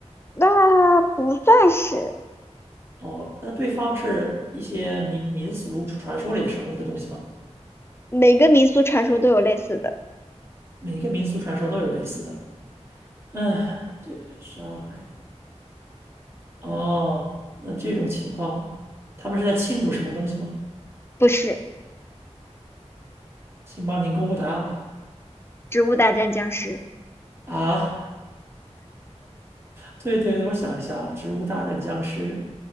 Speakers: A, on the left; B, on the right.
A: 那不算是，
B: 哦，那对方是一些民民俗传说里的生物的东西吗？
A: 每个民俗传说都有类似的，
B: 每个民俗传说都有类似的。嗯，对，杀害。哦，那这种情况，他们是在庆祝什么东西吗？
A: 不是
B: 请帮您公布答案吧。
A: 《植物大战僵尸》，
B: 啊？对对对，我想一下，《植物大战僵尸》，